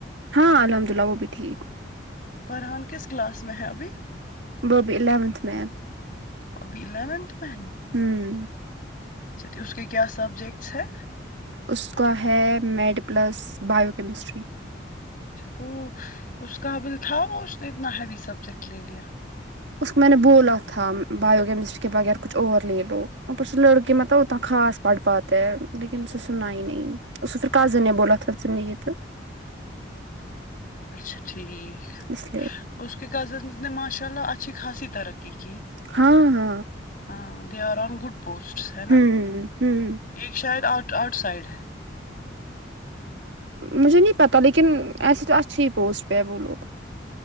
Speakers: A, on the right; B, on the left.
A: ہاں الحمد للہ وہ بھی ٹھیک
B: فر ہان کس کلاس میں ہے ابھی
A: وہ ابھی الیونتھ میں ہے
B: ابھی الیونتھ میں ہے
A: ھمم
B: اچھا اس کے کیا سبجیکٹس ہیں
A: اس کا ہے میڈ پلس بایو کیمسٹری
B: وہ اس کا بل تھا وہ اس نے اتنا ہیوی سبجیکٹ لے لیا
A: اس کو میں نے بولا تھا بایو کیمسٹری کے بغیر کچھ اور لے لو اپر سے لڑکی مطلب اتنا خاص پڑھ پاتے ہے ہیں لیکن اس سناہی نہیں اسے پھر کزن نے بولا تھا <unintelligible>
B: اچھا ٹھیک
A: اس لیے
B: اس کے کزنس نے ماشاء اللہ اچھی خاصی ترقی کی
A: ہاں ہاں
B: ہاں they are on good posts ہے نا
A: ہوں ہوں
B: ایک شاید آؤٹ سائڈ ہے
A: مجھے نہیں پتاہ لیکن ایسے تو اچھی ہی پوسٹ پہ ہے وہ لوگ